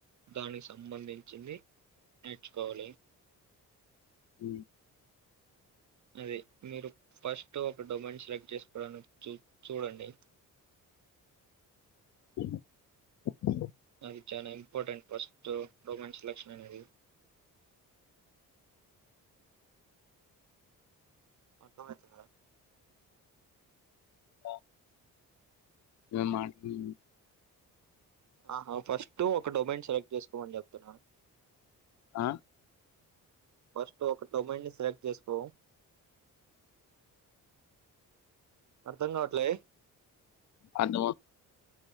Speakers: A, on the right; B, on the left.
A: దానికి సంబంధించింది నేర్చుకోవాలి
B: మ్మ్
A: అది మీరు ఫస్ట్ డొమైన్ సెలెక్ట్ చేసుకోడానికి చూ చూడండి
B: ఆ
A: అది చానా ఇంపార్టెంట్ ఫస్టు డొమైన్ సెలక్షన్ అనేది అర్ధమయితుందా
B: ఆ మేం ఆ టీమ్
A: ఆహా ఫస్ట్ ఒక డొమైన్ సెలెక్ట్ చేసుకోమని చెప్తున్నా
B: ఆ
A: ఫస్ట్ ఒక డొమైన్ ని సెలెక్ట్ చేసుకో అర్థం కావట్లే
B: అర్ధమవు